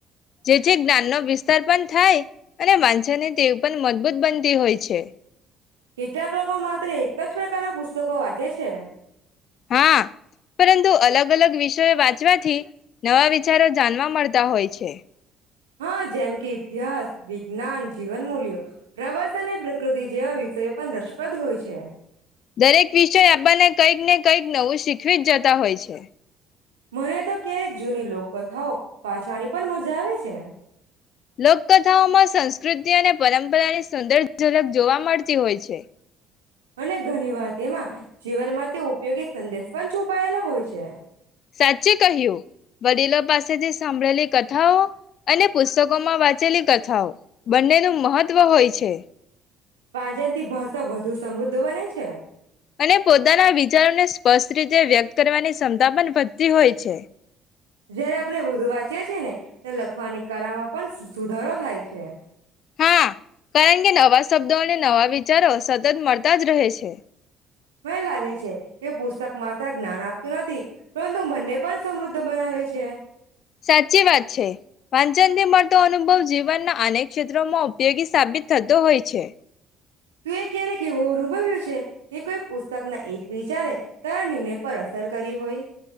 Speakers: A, on the left; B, on the right.
A: જેથી જ્ઞાનનો વિસ્તાર પણ થાય અને વાંચની ટેવ પણ મજબૂત બનતી હોય છે.
B: કેટલાક લોકો માત્ર એક જ પ્રકારના પુસ્તકો વાંચે છે.
A: હા પરંતુ અલગ અલગ વિષયો વાંચવાથી નવા વિચારો જાણવા મળતા હોય છે.
B: હા જેમ કે ઇતિહાસ વિજ્ઞાન જીવન મૂલ્યો પ્રવાસ અને પ્રકૃતિ જેવા વિષયો પણ રસપ્રદ હોય છે.
A: દરેક વિષય આપણને કંઈક ને કંઈક નવું શીખવી જ જતા હોય છે.
B: મને તો ક્યારેક જૂની લોક કથાઓ વાંચવાની પણ મજા આવે છે.
A: લોકથાઓમાં સંસ્કૃતિ અને પરંપરાની સુંદર ઝલક જોવા મળતી હોય છે.
B: અને ઘણી વાર તેમાં જીવન માં તે ઉપયોગી સંદેશ પણ છુપાયેલા હોય છે.
A: સાચી કહ્યું વડીલો પાસેથી સાંભળેલી કથાઓ અને પુસ્તકોમાં વાંચેલી કથાઓ બંનેનું મહત્વ હોય છે.
B: પાંજરતી ભાષા વધુ સમૃદ્ધ બને છે.
A: અને પોતાના વિચારોને સ્પષ્ટ રીતે વ્યક્ત કરવાની ક્ષમતા પણ વધતી હોય છે.
B: જયારે આપણે વધુ વાંચીએ છીએ ને લખવાની કળામાં પણ સુધારો થાય છે.
A: હા કારણ કે નવા શબ્દો અને નવા વિચારો સતત મળતા જ રહે છે.
B: મને લાગે છે એ પુસ્તક માત્ર જ્ઞાન આપતું નથી પરંતુ મને પણ સમૃદ્ધ બનાવે છે.
A: સાચી વાત છે. વાંચનથી મળતો અનુભવ જીવનના અનેક ક્ષેત્રોમાં ઉપયોગી સાબિત થતો હોય છે.
B: તે ક્યારે એવું અનુભવ્યું છે. કે કોઈ પુસ્તક ના એક વિચારે તારા નિર્ણય પર અસર કરી હોય.